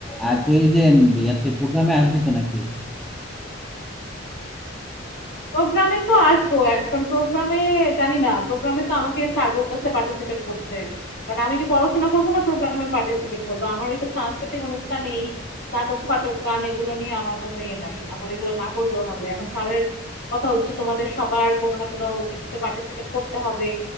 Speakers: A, in the centre; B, on the left.
A: আর তুই যে ইয়াতে প্রোগ্রামে আসবি তো নাকি
B: প্রোগ্রামে তো আসবো এখন প্রোগ্রামে জানি না প্রোগ্রামে তো আমাকে স্যার বলতেছে পার্টিসিপেট করতে কারণ আমি কি পড়াশোনা করবো না প্রোগ্রামে পার্টিসিপেট করবো আমার এইসব সাংস্কৃতিক অনুষ্ঠান এই নাটক ফাটক গান এগুলো নিয়ে আমার কোনো ইয়ে নাই আমার এগুলো না করলেও হবে এখন স্যারের কথা হচ্ছে তোমাদের সবার কোনো না কোনো কিছুতে পার্টিসিপেট করতে হবে